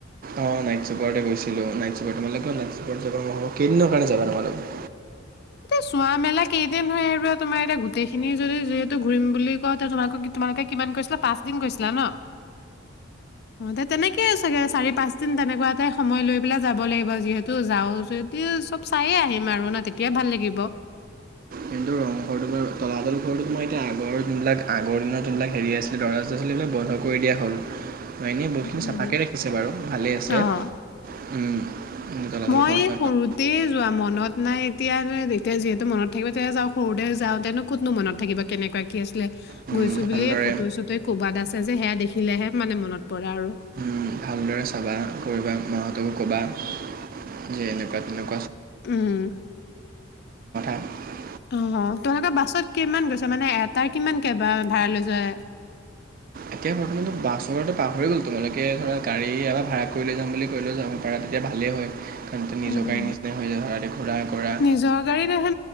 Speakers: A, on the right; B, on the left.
A: অ নাইট চুপাৰতে গৈছিলো। নাইট চুপাৰ তোমালোকেও নাইট চুপাৰত যাবা মইও, কেইদিনৰ কাৰণে যাবা তোমালোক?
B: এতিয়া চোৱা মেলা কেইদিন হয় আৰু তোমাৰ এতিয়া গোটেইখিনি যদি যিহেতু ঘূৰিম বুলি কওঁতে, তোমাক তোমালোকে কিমান কৈছিলা পাঁচদিন‌ কৈছিলা ন? অ', তেনেকেই চাগে চাৰি পাঁচ <inaudible> তেনেকুৱা এটাই সময় লৈ পেলাই যাব লাগিব। যিহেতু যাওঁ যেতিয়া সব চাইয়ে আহিম আৰু ন তেতি তেতিয়া ভাল লাগিব।
A: কিন্তু ৰংঘৰটো বা তলাতল ঘৰটো তোমাৰ এতিয়া আগৰ যিবিলাক আগৰ দিনত যিবিলাক হেৰি আছিলে <inaudible> আছিলে এইবিলাক বন্ধ কৰি দিয়া হ'ল। এনেই বহুতখিনি
B: উম,
A: চাফাকৈ ৰাখিছে বাৰু ভালেই আছে।
B: অ'।
A: উম। উম, চলাচল
B: মই
A: খৰচা
B: সৰুতে
A: ক-
B: যোৱা মনত নাই <unintelligible> এতিয়া যিহেতু মনত থাকিব তিতিয়া যাওঁ সৰুতে যাওঁতেনো কতনো মনত থাকিব কেনেকুৱা কি আছে। <unintelligible>
A: উম,
B: গৈছো
A: ভালদৰে
B: বুলিয়ে ফটো চুটো ক'বাত আছে <unintelligible> সেয়া দেখিলেহে মানে মনত পৰে আৰু
A: উম, ভালদৰে চাবা কৰিবা। মাহঁতকো ক'বা যে এনেকুৱা তেনে
B: উম
A: <unintelligible> <unintelligible>
B: অ', অ', তোমালোকৰ বাছত কিমান গৈছে? মানে এটাই কিমানকে বা ভাড়া লৈছে?
A: এতিয়া বৰ্তমানতো বাছৰটো পাহৰি গ'লো। তোমালোকে ধৰা গাড়ী ইয়াৰ পৰা ভাড়া কৰি লৈ যাম বুলি কৰি লৈ যাব পাৰা তেতিয়া ভালেই হয়। <unintelligible> নিজৰ
B: উম
A: গাড়ী নিচিনা হৈ যায় <unintelligible> ঘূৰা কৰা।
B: নিজৰ গাড়ী দেখা